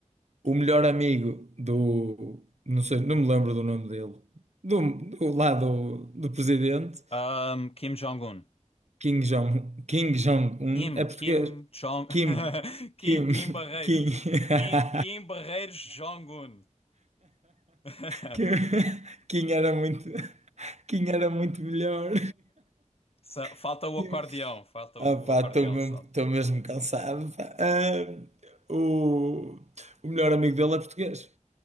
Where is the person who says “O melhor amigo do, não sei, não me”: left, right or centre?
Right